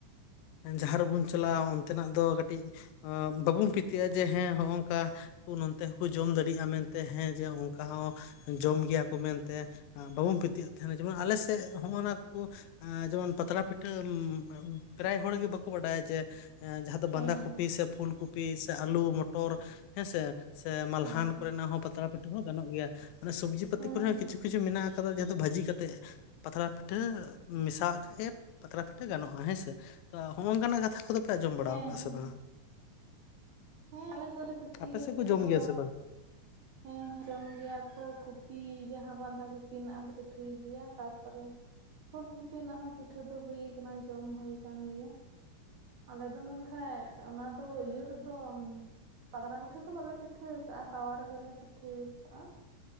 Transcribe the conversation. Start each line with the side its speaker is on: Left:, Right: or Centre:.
Left: ᱡᱟᱦᱟᱸ ᱨᱮᱵᱚᱱ ᱪᱟᱞᱟᱜᱼᱟ ᱚᱱᱛᱮᱱᱟᱜ ᱫᱚ ᱠᱟᱹᱴᱤᱡ ᱚᱸ ᱵᱟᱵᱚᱱ ᱯᱤᱛᱤᱭᱟᱹᱜᱼᱟ ᱡᱮ ᱦᱮᱸ ᱦᱚᱸᱜᱼᱚᱝᱠᱟ ᱩᱱ ᱚᱱᱛᱮ ᱦᱚᱸᱠᱚ ᱡᱚᱢ ᱫᱟᱲᱮᱭᱟᱜᱼᱟ ᱢᱮᱱᱛᱮ ᱦᱮᱸ ᱡᱮ ᱚᱝᱠᱟ ᱦᱚᱸ ᱡᱚᱢ ᱜᱮᱭᱟ ᱠᱚ ᱢᱮᱱᱛᱮ ᱵᱟᱵᱚᱱ ᱯᱤᱛᱭᱟᱹᱜ ᱛᱟᱦᱮᱱᱟ ᱡᱮᱢᱚᱱ ᱟᱞᱮ ᱥᱮᱫ ᱦᱚᱸᱜᱼᱚ ᱱᱟ ᱠᱚ ᱮᱸᱻ ᱡᱮᱢᱚᱱ ᱯᱟᱛᱲᱟ ᱯᱤᱴᱷᱟᱹ ᱯᱨᱟᱭ ᱦᱚᱲ ᱜᱮ ᱵᱟᱠᱚ ᱵᱟᱰᱟᱭᱟ ᱡᱮ ᱡᱟᱦᱟᱸ ᱫᱚ
Right: ᱦᱮᱸ
Left: ᱵᱟᱸᱫᱷᱟ ᱠᱚᱯᱤ
Right: ᱦᱮᱸ
Left: ᱥᱮ ᱯᱷᱩᱞ ᱠᱚᱯᱤ ᱯᱤ ᱥᱮ ᱟᱹᱞᱩ ᱢᱚᱴᱚᱨ ᱦᱮᱸᱥᱮ ᱥᱮ ᱢᱟᱞᱦᱟᱱ
Right: ᱦᱮᱸ ᱦᱮᱸ
Left: ᱠᱚᱨᱮᱱᱟᱜ ᱦᱚᱸ ᱯᱟᱛᱲᱟ ᱯᱤᱴᱷᱟᱹ ᱦᱚᱸ ᱜᱟᱱᱚᱜ ᱜᱮᱭᱟ᱾ ᱢᱟᱱᱮ ᱥᱚᱵᱽᱡᱤ ᱯᱟᱛᱤ
Right: ᱦᱮᱸ
Left: ᱠᱚᱨᱮ ᱦᱚᱸ
Right: ᱦᱮᱸ
Left: ᱠᱤᱪᱷᱩ ᱠᱤᱪᱷᱩ ᱢᱮᱱᱟᱜ ᱟᱠᱟ ᱠᱟᱫᱟ ᱡᱮᱦᱮᱛᱩ ᱵᱷᱟᱹᱡᱤ ᱠᱟᱛᱮᱫ ᱯᱟᱛᱲᱟ ᱯᱤᱴᱷᱟᱹ ᱢᱮᱥᱟᱜ ᱠᱷᱟᱡ ᱮ ᱯᱟᱛᱲᱟ ᱯᱤᱴᱷᱟᱹ ᱜᱟᱱᱚᱜᱼᱟ᱾ ᱦᱮᱸᱥᱮ ᱛᱚ, ᱦᱚᱸᱜᱼᱚᱝᱠᱟᱱᱟᱜ ᱠᱟᱛᱷᱟ ᱠᱚᱫᱚ ᱯᱮ ᱟᱸᱧᱚᱢ ᱵᱟᱲᱟᱣ
Right: ᱦᱮᱸ
Left: ᱠᱟᱜᱼᱟ ᱥᱮ
Right: ᱦᱮᱸ
Left: ᱵᱟᱝ?
Right: ᱦᱮᱸ ᱟᱞᱮ ᱥᱮᱫ ᱫᱚᱞᱮ ᱯᱤᱴᱷᱟᱹᱭ
Left: ᱟᱯᱮ
Right: ᱜᱮᱭᱟ
Left: ᱥᱮᱫ
Right: ᱯᱤᱴᱷᱟᱹ
Left: ᱠᱚ ᱡᱚᱢ
Right: ᱫᱚ᱾
Left: ᱜᱮᱭᱟ ᱥᱮ ᱵᱟᱝ?
Right: ᱦᱮᱸ ᱦᱮᱸ ᱡᱚᱢ ᱜᱮᱭᱟ ᱠᱚ ᱠᱚᱯᱤ ᱡᱟᱦᱟᱸ ᱵᱟᱸᱫᱷᱟ ᱠᱚᱯᱤ ᱨᱮᱱᱟᱜ ᱯᱤᱴᱷᱟᱹᱭ ᱜᱮᱭᱟ ᱛᱟᱯᱚᱨᱮ ᱯᱷᱩᱞ ᱠᱩᱯᱤ ᱨᱮᱱᱟᱜ ᱦᱚᱸ ᱯᱤᱴᱷᱟᱹ ᱫᱚ ᱦᱩᱭ ᱠᱟᱱᱟ ᱡᱚᱢ ᱦᱩᱭ ᱠᱟᱱ ᱜᱮᱭᱟ᱾ ᱟᱞᱮ ᱫᱚ ᱢᱮᱱᱠᱷᱟᱡ ᱚᱱᱟ ᱫᱚ ᱤᱭᱟᱹ ᱨᱮ ᱛᱚᱢ ᱯᱟᱛᱲᱟ ᱯᱤᱴᱷᱟᱹ ᱫᱚ ᱵᱟᱞᱮ ᱯᱤᱴᱷᱟᱹ ᱟᱠᱟᱟᱜᱼᱟ ᱛᱟᱣᱟ ᱨᱮᱜᱮᱞᱮ ᱯᱤᱴᱷᱟᱹᱣ ᱠᱟᱜᱼᱟ᱾